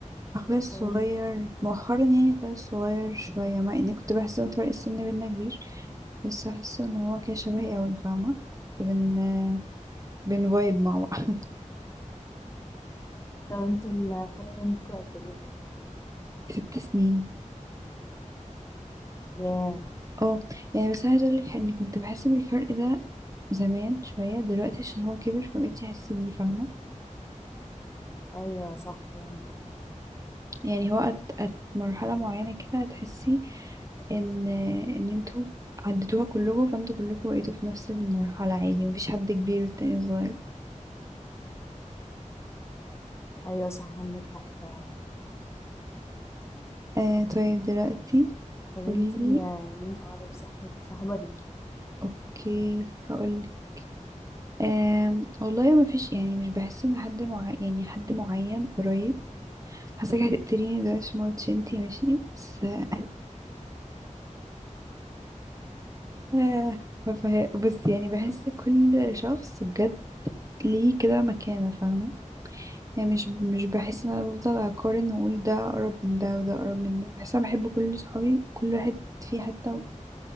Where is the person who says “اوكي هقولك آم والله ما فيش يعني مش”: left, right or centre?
Right